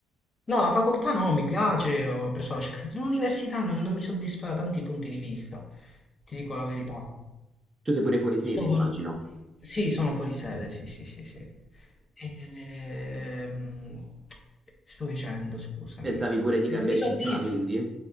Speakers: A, on the left; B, on the right.
A: No, la facoltà no, mi piace, ho preso la scelta. L'università non, non mi soddisfa da tanti punti di vista, ti dico la verità.
B: Tu sei pure fuori sede,
A: Sto
B: immagino.
A: valu- Sì, sono fuori sede, sì, sì, sì, sì. Ehm, Sto dicendo, scusami.
B: Pensavi
A: Cioè,
B: pure di cambiare
A: Non mi soddisfa.
B: città, quindi? Eh,